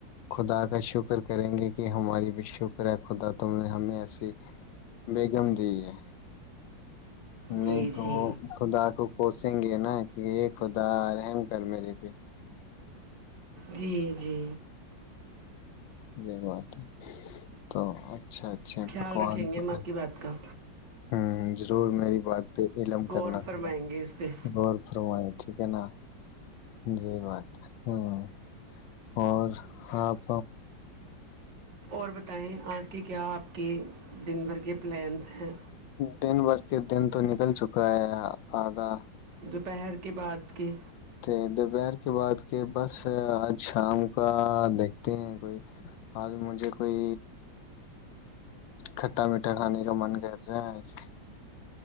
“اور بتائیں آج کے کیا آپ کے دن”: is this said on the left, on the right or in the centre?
Right